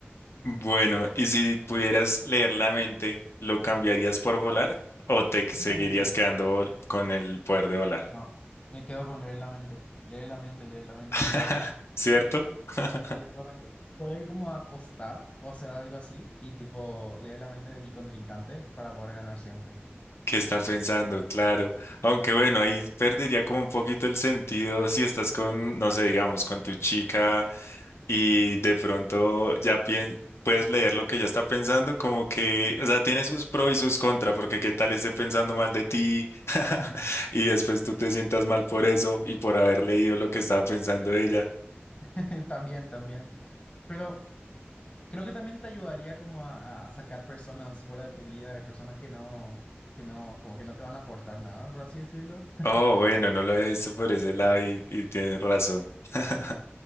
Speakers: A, on the left; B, on the left.
A: Bueno, ¿y si pudieras leer la mente, lo cambiarías por volar o te
B: Uh,
A: seguirías quedando vol- con el poder de volar?
B: no, me quedo con leer la mente, leer la mente, leer la mente
A: <laughs>
B: mil veces.
A: ¿Cierto? <laughs>
B: Sí, totalmente. Poder como apostar o hacer algo así y tipo leer la mente de mi contrincante para poder ganar siempre.
A: ¿Qué está pensando? Claro. Aunque
B: Sí.
A: bueno, ahí perdería como un poquito el sentido si estás con, no sé, digamos, con tu chica y de pronto ya pien- puedes leer lo que ella está pensando, como que, o sea, tiene sus pros y sus contras, porque qué tal esté pensando mal de ti <laughs> y después tú te sientas mal por eso y por haber leído lo que estaba pensando ella.
B: <laughs> También, también. Pero creo que también te ayudaría como a, a sacar personas fuera de tu vida, de personas que no, que no, como que no te van a aportar nada, por así decirlo. <laughs>
A: Oh, bueno, no lo había visto por ese lado y, y tienes razón. <laughs>